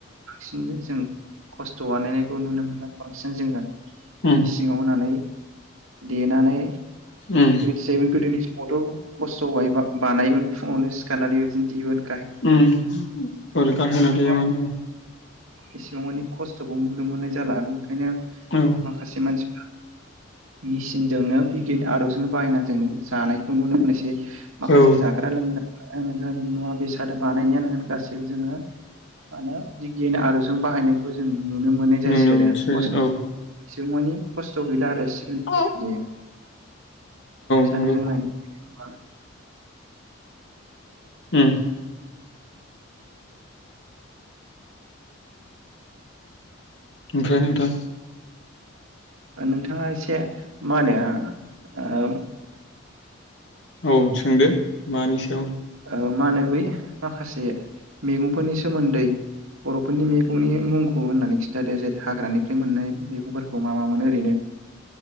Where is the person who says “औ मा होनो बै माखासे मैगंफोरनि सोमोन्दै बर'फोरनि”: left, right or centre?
Right